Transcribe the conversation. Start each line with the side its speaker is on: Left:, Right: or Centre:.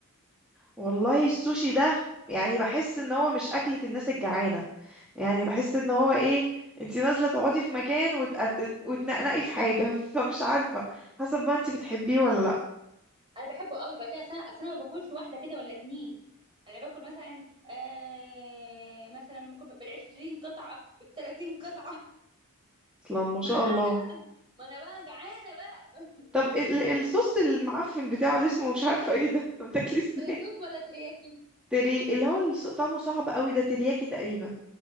Centre: والله السوشي ده يعني بحس ان هو مش اكلة الناس الجعانة يعني بحس ان هو ايه انتي نازلة تقعدي في مكان وت... وتنقنقي في حاجة <laughs> فمش عارفة حسب بقى انتي بتحبيه ولا لا
Right: انا بحبه قوي بعدين اصل انا أصل أنا ما باكلش واحده كده ولا اتنين انا باكل مثلا آه مثلا ممكن بالعشرين قطعه بالتلاتين قطعه
Centre: اصلا
Right: <laughs>
Centre: ما
Right: ما
Centre: شاء
Right: انا قاعده
Centre: الله
Right: بقى ما انا بقى جعانه بقى
Centre: طب ال- الصوص المعفن بتاعه اللي اسمه مش عارفة ايه ده <laughs> بتاكليه
Right: <laughs>
Centre: ازاي
Right: صويا صوص ولا ترياكي
Centre: تري اللي هو الص- طعمه صعب قوي ده ترياكي تقريبا